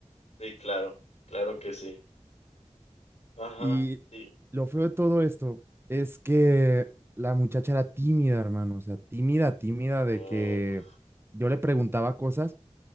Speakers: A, on the left; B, on the right.
A: Sí, claro, claro que sí. Ajá,
B: Y
A: sí.
B: lo feo de todo esto es que la muchacha era tímida, hermano, o sea, tímida, tímida de
A: Oh,
B: que yo le preguntaba cosas